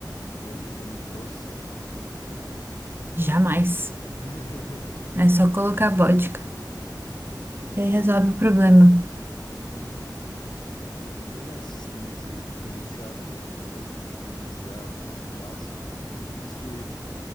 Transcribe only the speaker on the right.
Jamais.
É só colocar vodka.
E
aí resolve o problema.